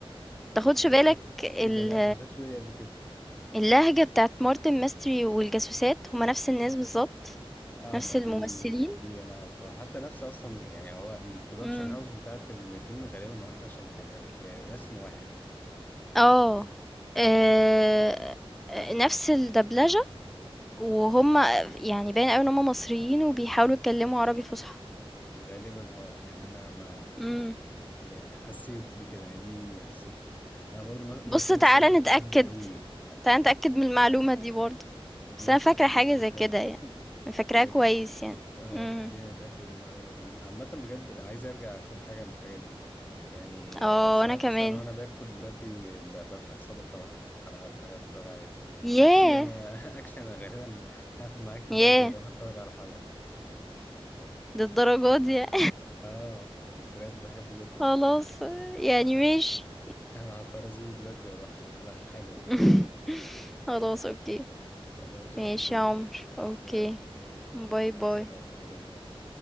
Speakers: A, on the left (about 15°); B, in the centre.
A: اوكي
B: تاخدش بالك ال
A: ايه ده لا ما خدتش بالي قبل كده
B: اللهجة بتاعة مارتن ماستري والجاسوسات هُم نفس الناس بالضبط،
A: اه
B: نفس
A: ما
B: الممثلين،
A: دي دي انا عارف آه، حتى نفس اصلا يعني هو البرودكشن
B: إمم،
A: هاوس بتاعت الاتنين غالبا واحد عشان كان ال- الرسم واحد
B: آه، آآ، نفس الدبلجة وهُم يعني باين أوي إن هُم مصريين وبيحاولوا يتكلّموا عربي فُصحى،
A: غالبا اه يعني انا ما
B: إمم،
A: يعني حسيت بكده يعني دي حسيتها انا برضو مر- مرت
B: بُص
A: مصري
B: تعالَ
A: كنت
B: نتأكد،
A: بحبه قوي
B: تعالَ نتأكد من المعلومة دي برضه،
A: ماشي
B: بس أنا فاكرة
A: خلينا
B: حاجة زي
A: نتأكد
B: كده يعني، فاكراها
A: بجد
B: كويس يعني،
A: اه
B: إمم.
A: خلينا نتأكد من المعلومة دي عامة بجد عايز ارجع اشوف حاجة من الحاجات دي يعني
B: اه
A: آه، ساعات
B: وانا كمان
A: اصلا وانا باكل دلوقتي ب- بفتح سابق ولا حاجة- حلقة ولا حاجة اتفرج عليها
B: ياه
A: اكشلي انا <laughs> اكشلي انا غالبا هقفل معاك دلوقتي
B: ياه
A: واروح اتفرج على حلقة
B: للدرجة دي يعني.
A: اه بجد بحبه
B: <laughs>
A: جدا
B: خلاص يعني ماشي
A: انا هضطر اسيبك دلوقتي واروح اشوف حلقة حالا
B: <laughs> خلاص اوكي
A: <laughs> خلاص
B: ماشي
A: اوكي
B: يا عمر
A: ماشي
B: اوكي
A: يا شباب يلا
B: باي
A: مع
B: باي
A: السلامة باي باي